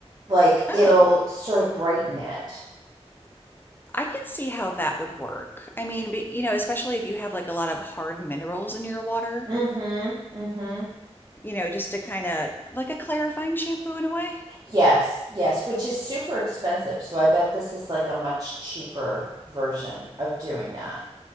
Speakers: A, on the right (about 35°); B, on the left (about 20°).
A: like
B: Oh,
A: it'll sort of brighten it.
B: I can see how that would work. I mean, but, you know, especially if you have like a lot of hard minerals in your water,
A: Mm-hmm. Mm-hmm.
B: you know, just to kind of like a clarifying shampoo in a way.
A: Yes, yes, which is super expensive. So I bet this is like a much cheaper version of doing that.